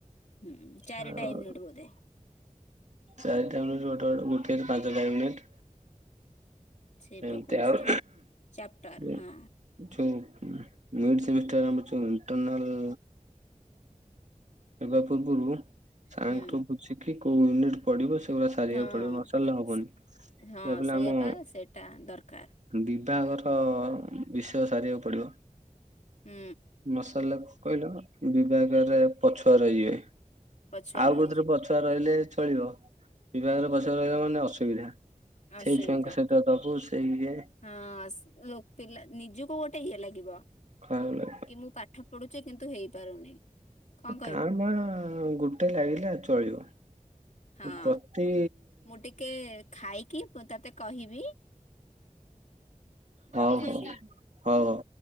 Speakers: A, on the left; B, on the right.
A: ହୁଁ, ଚାରି
B: ଆଉ
A: ଟା ୟୁନିଟ୍ ବୋଧେ।
B: ଚାରିଟା ୟୁନିଟ୍, ଗୋଟେ, ଗୋଟେ, ଗୋଟେ ପାଞ୍ଚଟା ୟୁନିଟ୍।
A: ସେ
B: ଏମତି
A: ପକଉଛି
B: ଆଉ
A: ଚାପ୍ଟର
B: ଯୋଉ,
A: ହଁ
B: ମିଉଟ୍ ସେମିଷ୍ଟର ଆମର ଯୋଉ, ଇଣ୍ଟରନାଲ ହେବା ପୂର୍ବରୁ, ସାରଙ୍କଠୁ
A: ହୁଁ
B: ବୁଝିକି କୋଉ ୟୁନିଟ୍ ପଡିବ। ସେଗୁଡା ସାରିବାକୁ
A: ହଁ।
B: ପଡିବ। ନସାରିଲା ହବନି,
A: ସେ
B: ଯାହା
A: ହଁ
B: ଫଲେ
A: ସେଇଆପା
B: ଆମ
A: ସେଇଟା ଦରକାର
B: ବିଭାଗର, ବିଷୟ ସାରିବାକୁ ପଡିବ।
A: ହୁଁ।
B: ନସାରିଲା କହିଲ, ବିଭାଗରେ ପଛୁଆ ରଇଯିବେ।
A: ପଛୁଆ
B: ଆଉ
A: ରହିଯିବେ।
B: କୋଉଥିରେ ପଛୁଆ? ରହିଲେ ଚଳିବ। ବିଭାଗର, ପଛୁଆ ରହିଲା ମାନେ ଅସୁବିଧା।
A: ଅସୁବିଧା
B: ସେଇ ଛୁଆଙ୍କ ସହିତ ଦବୁ। ସେଇ ଇଏ,
A: ହଁ। ପିଲା, ନିଜକୁ ଗୋଟେ ଇଏ ଲାଗିବ।
B: ଖରାପ ଲାଗିବ।
A: କି ମୁଁ ପାଠ ପଢୁଛି, କିନ୍ତୁ ହେଇପାରୁନି। କଣ କହିବୁ
B: କା ଭାଁ ଗୋଟେ ଲାଗିଲା ଚଳିବ।
A: ହଁ।
B: ପ୍ରତି
A: ମୁଁ ଟିକେ ଖାଇକି ମୁଁ ତତେ କହିବି।
B: ହଉ
A: ରଖୁଛି।
B: ହଉ ହଉ
A: ହଁ।
B: ହଉ।